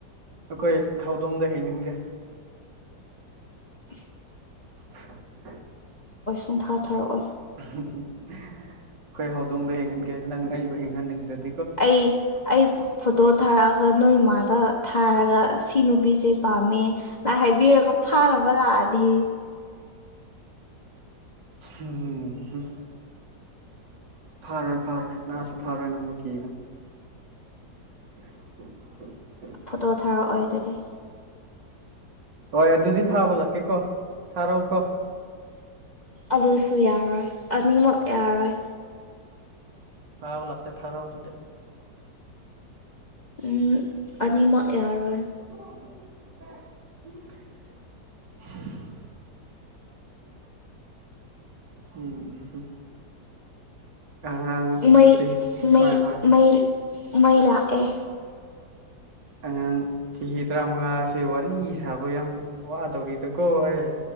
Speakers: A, on the right; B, on the left.
A: ꯑꯩꯈꯣꯏ ꯍꯧꯗꯣꯡꯗ ꯍꯦꯟꯒꯟꯒꯦ
B: <inaudible>
A: <inaudible>
B: ꯄꯨꯡꯟꯊꯥ ꯊꯥꯔꯛꯑꯣꯏ
A: ꯑꯩꯈꯣꯏ ꯍꯧꯗꯣꯡꯗ ꯍꯦꯡꯍꯟꯒꯦ ꯅꯪ ꯑꯩꯕꯨ ꯍꯦꯡꯍꯟꯅꯤꯡꯗ꯭ꯔꯗꯤ
B: ꯑꯩ ꯑꯩ ꯐꯣꯇꯣ ꯊꯥꯔꯛꯑꯒ ꯅꯣꯏꯃꯥꯗ ꯊꯥꯔꯒ ꯁꯤ ꯅꯨꯄꯤꯁꯦ ꯄꯥꯝꯃꯦ ꯉ ꯍꯥꯏꯕꯤꯔꯒ ꯐꯥꯔꯕ ꯂꯗꯤ
A: ꯎꯝ ꯐꯔꯣꯏ ꯐꯔꯣꯏ ꯉꯥꯁꯨ ꯐꯔꯣꯏ ꯅꯪꯕꯨ ꯀꯤꯅꯣ <inaudible>
B: ꯐꯣꯇꯣ ꯊꯥꯔꯛꯑꯣꯏ ꯑꯗꯨꯗꯤ
A: ꯍꯣꯏ ꯑꯗꯨꯗꯤ ꯐꯥꯕ ꯂꯥꯛꯀꯦ ꯀꯣ ꯊꯥꯔꯛꯎ ꯀꯣ
B: ꯑꯂꯨꯁꯨ ꯌꯥꯔꯣꯏ ꯑꯅꯤꯃꯛ ꯌꯥꯔꯣꯏ
A: ꯍꯥꯎ ꯂꯠꯇꯦ ꯊꯔꯥꯎꯗꯨꯗ
B: ꯎꯝ ꯑꯅꯤꯃꯛ ꯌꯥꯍꯔꯣꯏ
A: <inaudible> ꯎꯝ ꯑꯉꯥꯡ
B: ꯃꯩ
A: ꯆꯍꯤ
B: ꯃꯩ
A: ꯍꯣꯏ ꯍꯣꯏ
B: ꯃꯩ ꯃꯩ ꯂꯥꯛ ꯑꯦ
A: ꯑꯉꯥꯡ ꯆꯍꯤ ꯇꯔꯥꯃꯉꯥꯁꯦ ꯋꯥꯔꯤ ꯁꯥꯕ ꯌꯥꯝ ꯋꯥꯗꯧꯔꯤꯗꯀꯣ ꯑꯩ